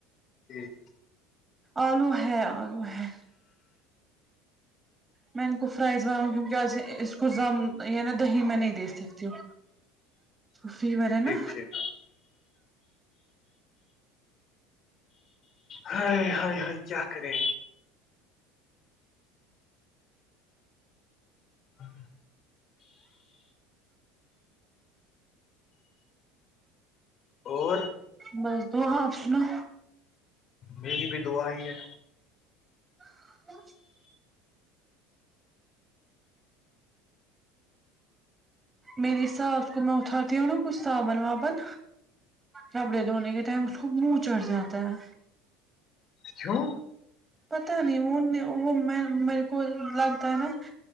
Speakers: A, on the left; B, on the right.
A: جی
B: آلو ہے آلو ہے میں ان کو فرائز بناؤں گی کیوںکہ آج اس کو زم نا دہی میں نہیں دے سکتی ہوں فی بار ہے
A: ٹھیک
B: نا
A: ٹھیک ہ چاک رے ہاں اور
B: بس د آپسنو
A: میری بھی دع ہی ہے
B: ہ میری حساب کو میں اھاتی ہو نوں کچھ سابن وابن ربڑے دھونے کے ٹائم اس کو منہ چڑھ جاتا ہے
A: کیوں
B: پتا نہیں وہ وہ میں میرے کو لگتا ہے نا